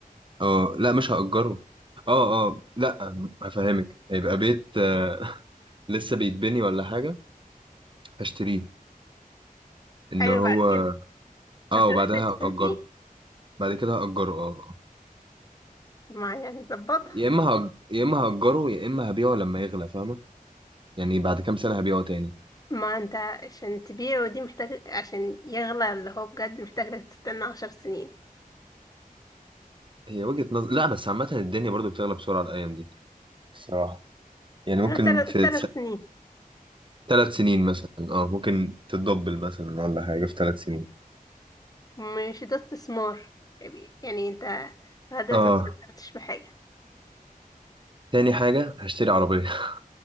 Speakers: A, on the right; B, on the left.
A: اه لا مش هأجره اه اه لا هفهمك هيبقى بيت آه، <laughs> لسه بيتبني ولا حاجه هشتريه ان
B: ايوه
A: هو
B: بعد كده
A: اه
B: هتروح
A: وبعدها
B: تسكن
A: هأجره
B: فيه
A: بعد كده هأجره اه آه.
B: ما يعني ظبطها
A: يا اما هج... يا اما هأجره يا اما هبيعه لما يغلى فاهمه يعني بعد كام سنه هبيعه تاني
B: ما انت عشان تبيعه دي محتاج عشان يغلى اللي هو بجد محتاج لك تستنى عشر سنين
A: هي وجهة نظر لا بس عامة الدنيا برضو بتغلى بسرعة الأيام دي الصراحة يعني ممكن
B: تلات
A: في
B: تلات سنين
A: ثلاث سنين مثلا اه ممكن تتدبل مثلا ولا حاجة في ثلاث سنين
B: مش ده استثمار يعني انت لغاية دلوقتي
A: اه
B: ما استمتعتش بحاجة
A: تاني حاجة هشتري عربية <laughs>